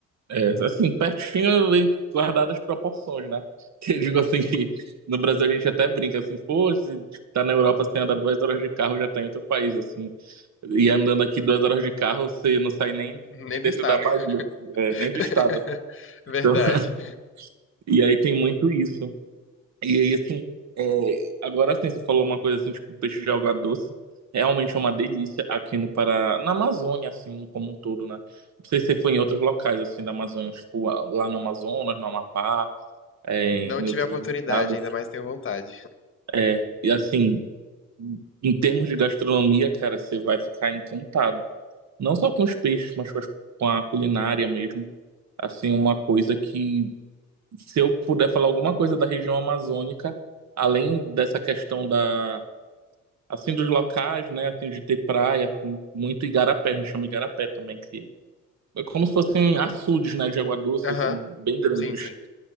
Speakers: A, on the right (about 65°); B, on the left (about 45°).
A: é, assim, pertinho, em- guardadas as proporções, né? <laughs> Que eu
B: Uhum.
A: digo assim que no Brasil a gente até brinca assim, pô, se tá na Europa, você anda duas horas de carro, já tá em outro país, assim. E andando aqui duas horas de carro, você não sai nem
B: <laughs> Nem
A: de dentro
B: do estado.
A: da Bahia,
B: <laughs>
A: assim, é, nem do estado. assim.
B: Verdade.
A: Então, <laughs> e aí tem muito isso. E aí, assim, é, agora assim, você falou uma coisa assim, tipo, peixe de alga doce. Realmente é uma delícia aqui no Pará, na Amazônia, assim, como um todo, né? Não sei se você foi em outros locais, assim, da Amazônia, tipo, lá no Amazonas, no Amapá, é,
B: Não
A: em
B: tive
A: outros
B: a oportunidade,
A: estados.
B: ainda mais tenho vontade.
A: É, e assim, em termos de gastronomia, cara, você vai ficar encantado. Não só com os peixes, mas com as- com a culinária mesmo. Assim, uma coisa que, se eu puder falar alguma coisa da região amazônica, além dessa questão da Assim, dos locais, né? Assim, de ter praia, assim, muito igarapé, a gente chama igarapé também, que é como se fossem açudes, né? De água doce,
B: Aham,
A: assim, bem grandes.
B: sim, sim.